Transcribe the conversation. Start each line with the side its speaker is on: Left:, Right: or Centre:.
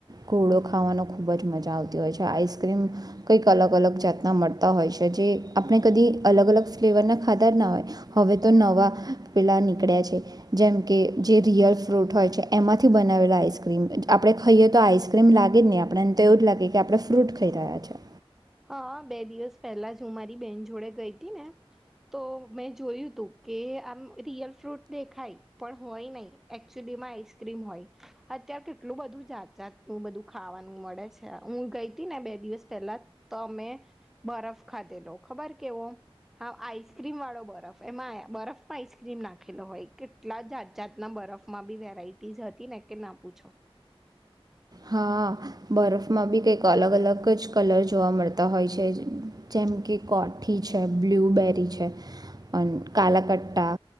Right: ઘોડો ખાવાનો ખૂબ જ મજા આવતી હોય છે આઈસક્રીમ કંઈક અલગ અલગ જાતના મળતા હોય છે જે આપણે કદી અલગ અલગ ફ્લેવરના ખાધ ના હોય હવે તો નવા પેલા નીકળ્યા છે. જેમ કે જે રિયલ ફ્રૂટ હોય છે એમાંથી બનાવેલા આઈસક્રીમ આપણે ખાઈએ તો આઈસ્ક્રીમ લાગે જ નહીં આપણેને તો એવું જ લાગે કે આપણે ફ્રૂટ ખાઈ રહ્યા છે
Centre: હા બે દિવસ પહેલા જ હું મારી બેન જોડે ગઈ હતી ને તો મેં જોયું તું કે આમ રિયલ ફ્રૂટ દેખાય પણ હોય નહી એકચુલીમાં આઈસક્રીમ હોય અત્યારે કેટલું બધું જાત જાતનું બધું ખાવાનું મળે છે હું ગઈ હતી ને બે દિવસ પહેલા જ તમે બરફ ખાધેલો ખબર કેવો. હા આઈસક્રીમ વાળો બરફ એમાં આ બરફ. આઈસક્રીમ નાખેલો હોય કેટલા જાત જાતના બરફમાં બી વેરાઈટી હતી ને કે ના પૂછો.
Right: હા બરફમાં બી કંઈક અલગ અલગ જ કલર જોવા મળતા હોય છે જેમ કે કોઠી છે બ્લુબેરી છે અને કાલાકટ્ટા